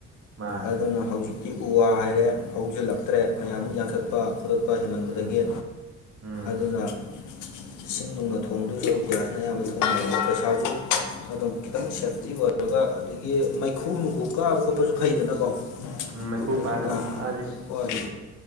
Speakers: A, on the right; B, on the left.
A: ꯃꯥꯅꯦ
B: ꯑꯗꯨꯅ ꯍꯧꯖꯤꯛꯇꯤ ꯎ ꯋꯥ ꯍꯥꯏꯔꯦ ꯍꯧꯖꯤꯜꯂꯛꯇ꯭ꯔꯦ ꯃꯌꯥꯝ ꯌꯥꯟꯊꯠꯄ ꯈꯔꯠꯄ ꯍꯦꯃꯟꯕꯗꯒꯤ
A: ꯎꯝ ꯎꯝ
B: ꯑꯗꯨꯅ ꯏꯁꯤꯡ ꯃꯨꯡꯅꯣ ꯊꯣꯡꯗꯣꯏꯁꯨ ꯌꯥꯔꯅꯕ ꯊꯣꯡꯉ ꯄꯩꯁꯥꯁꯨ ꯑꯗꯨꯝ ꯈꯤꯇꯪ ꯁꯦꯐꯇꯤ ꯑꯣꯏꯔꯒ ꯑꯗꯒꯤ ꯃꯩꯈꯨ ꯃꯨꯈꯨ ꯀꯥꯕ ꯈꯣꯠꯄꯁꯨ ꯐꯩꯗꯅꯀꯣ
A: ꯎꯝ ꯃꯩꯈꯨ
B: ꯑꯗꯨꯅ
A: ꯄꯥꯏꯕ ꯃꯥꯁꯦ
B: ꯍꯣꯏ
A: ꯎꯝ